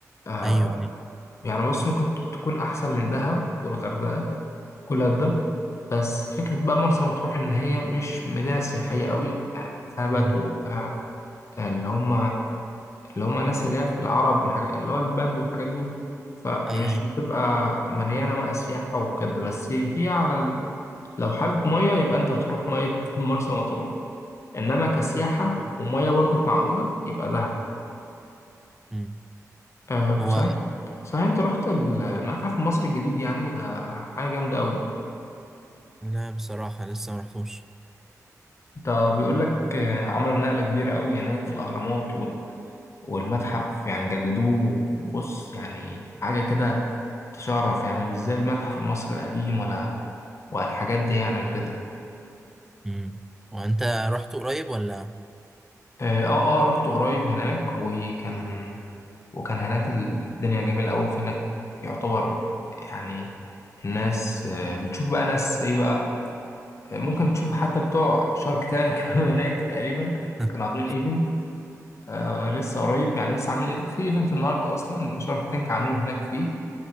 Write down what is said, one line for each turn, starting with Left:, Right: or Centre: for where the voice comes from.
Left: آه،
Centre: <laughs> أيوه أيوه
Left: يعني بص ممكن تكون أحسن من دهب والغردقة كل ده بس فكرة بقى مرسى مطروح إن هي مش مدينة سياحية قوي يعني فيها بدو
Centre: مم.
Left: فيها اللي هما اللي هما الناس اللي هي في العرب والحاجات اللي هو البدو والحاجات دول فمش
Centre: أيوه
Left: بتبقى مليانة بقى سياحة وكده بس هي على ال... لو حابب مية يبقى أنت هتروح مية مرسى مطروح إنما كسياحة
Centre: أيوه
Left: ومية برضو معقولة يبقى دهب
Centre: مم.
Left: أه
Centre: هو
Left: صحيح صحيح انت رحت ال- المتحف المصري الجديد يعني ده حاجة جامدة قوي
Centre: لا بصراحة لسه ما رحتوش
Left: ده بيقول لك آه، عملوا نقلة كبيرة قوي هناك في الأهرامات وال... والمتحف يعني جددوه بص يعني حاجة كده تشرف يعني مش زي المتحف المصري القديم ولا والحاجات دي يعني وكده
Centre: مم. وأنت رحت قريب ولا؟
Left: اه اه آه، رحت قريب هناك وكان وكان هناك الدنيا جميلة أوي في هناك يعتبر يعني الناس آه، بتشوف بقى ناس إيه بقى ممكن تشوف حتى بتوع شارك تانك <laughs> هناك تقريبا
Centre: <laughs>
Left: كانوا عاملين ايفنت آه لسه قريب يعني لسه عاملين إيفنت- في ايفنت النهارده اصلا شارك تانك عاملينه هناك فيه